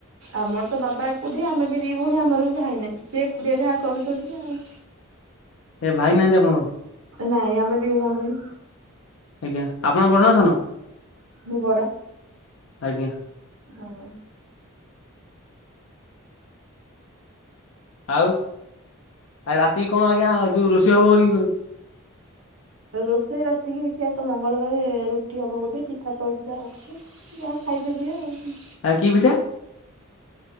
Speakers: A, on the right; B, on the left.
A: ଆମର ତ ବାବା ଏକୁଟିଆ ଆମେ ବି ଦି ଭଉଣୀ ଆମର ବି ଭାଇନାହିଁ ସେ ଏକୁଟିଆ ଯାହା କରୁଛନ୍ତି ଆଉ।
B: ଏ ଭାଇ ନାହାନ୍ତି ଆପଣଙ୍କର?
A: ନାଇଁ ଆମେ ଦି ଭଉଣୀ।
B: ଆଜ୍ଞା ଆପଣ ବଡ ନା ସାନ?
A: ମୁଁ ବଡ
B: ଆଜ୍ଞା।
A: ହଁ।
B: ଆଉ ଆ ରାତି କଣ ଆଜ୍ଞା ଯୋଉ ରୋଷେଇ ହବ ବୋଲି
A: ରୋଷେଇ ରାତିକି ଦେଖିବା ଆଜି ତ ମଙ୍ଗଳବାରେ ରୁଟି ହବ ବୋଧେ ପିଠା ତ ହେଇଥିଲା ଅଛି। ଯାହା ଖାଇବ ଯିଏ ଆଉ।
B: ଆ କି ପିଠା?